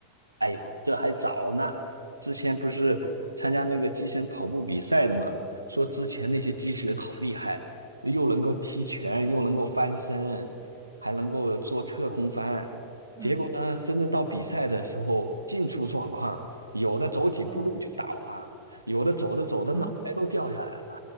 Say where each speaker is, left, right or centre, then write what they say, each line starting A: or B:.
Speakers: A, on the right; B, on the right.
A: 哎呦，这还早呢。之前不是参加那个机器人跑步比赛的吗？说之前那些机器人好厉害，又能够踢拳，又能够翻身，还能够做侧空翻。
B: 嗯
A: 结果呢，真正到比赛的时候，进出状况，有的走几步路就倒了，
B: 嗯
A: 有的走着走着脑袋都掉下来了。
B: 嗯，